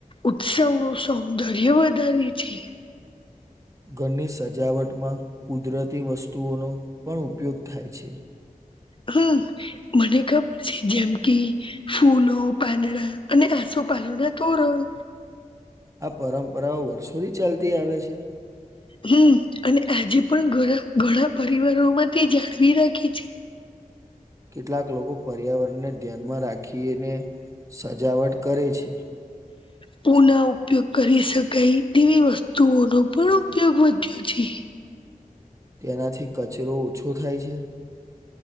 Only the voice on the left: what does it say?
ઉત્સવનું સૌંદર્ય વધારે છે.
હમ મને ખબર છે જેમ કે ફૂલો પાંદડા અને આસોપાલવના તોરણ
હમ અને આજે પણ ઘ ઘણા પરિવારોમાંથી જાળવી રાખે
પુના ઉપયોગ કરી શકાય તેવી વસ્તુઓનો પણ ઉપયોગ વધ્યો છે.